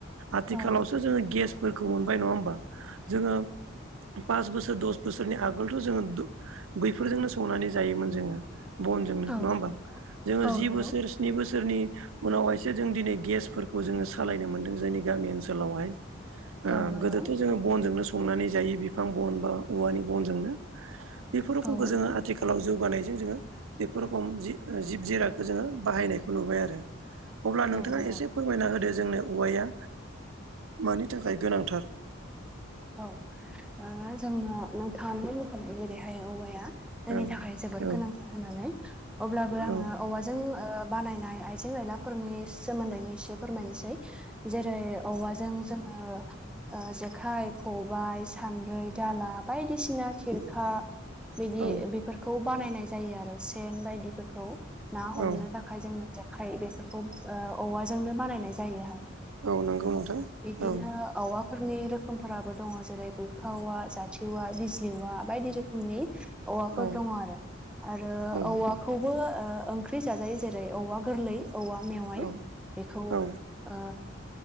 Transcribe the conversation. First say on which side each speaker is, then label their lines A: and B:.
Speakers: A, on the right; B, in the centre.
A: आथिखालावसो
B: औ
A: जोंङो गेस। फोरखौ मोनबाय नङा होमबा जोंङो। पास बोसोर दस बोसोरनि आगोलथ जोंङो बैफोरजोंनो संनानै जायोमोन जोंङो। बनजोंनो
B: औ
A: नङा होमबा जोंङो
B: औ
A: जि
B: नंगौ
A: बोसोर। स्नि बोसोरनि उनावहायसो जों दिनै गेसफोरखौ जोंङो सालायनो मोन्दों जोंनि गामि ओनसोलावहाय। ओ
B: औ नंगौ
A: गोदोथ जोंङो बनजोंनो संनानै जायो बिफां बन बा औवानि बनजोंनो। बेफोर रखोमखौ
B: औ
A: जोंङो आथिखालाव जौगानायजों जोंङो। बेफोर रखोम जिब जिनारखौ जोंङो बाहायनायखौ नुबाय आरो। अब्ला नोंथाङा
B: औ नंगौ
A: एसे फोरमायना होदो जोंनो औवाया। मानि थाखाय गोनांथार।
B: औ। ओ जोंना नोंथांआनो बुंखाबाय जेरैहाय औवाया। जोंनि
A: औ
B: थाखाय जोबोद
A: औ
B: गोनांथार होननानै अब्लाबो
A: औ
B: आंङो औवाजों ओ बानायनाय आइजें आयलाफोरनि सोमोन्दैनो एसे फोरमायनोसै जेरै औवाजों। जोंङो। ओ जेखाइ खबाइ सान्द्रि दाला बायदिसिना खिरखा। बिदि
A: औ
B: बीफोरखौ बानायनाय जायो आरो सेन बायदिफोरखौ ना हमनो
A: औ
B: थाख आखाइजोंनो जेखाइ बेफोरखौ औवाजोंनो बानायनाय जायो हाय।
A: औ नंगौ नोंथां।
B: बिदिनो।
A: औ
B: औवाफोरनि रोखोमफोराबो दङ जेरै बुरखा औवा जाथि औवा बिजलि औवा बायदि रोखोमनि औवाफोर
A: औ
B: दङ आरो आरो
A: औ
B: औवा खौबो ओ ओंख्रि जाजायो जेरै औवा गोरलै औवा मेवाय
A: औ
B: बेखौ
A: औ
B: आ